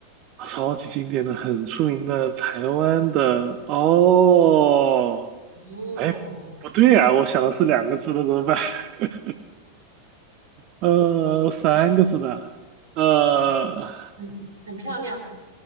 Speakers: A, on the right; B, on the right.
A: 超级经典的、很出名的台湾的哦，
B: 哦，
A: 哎，不对啊，我想的是两个字的，怎么办？<laughs> 呃，三个字的，呃，
B: 啊，很很漂亮。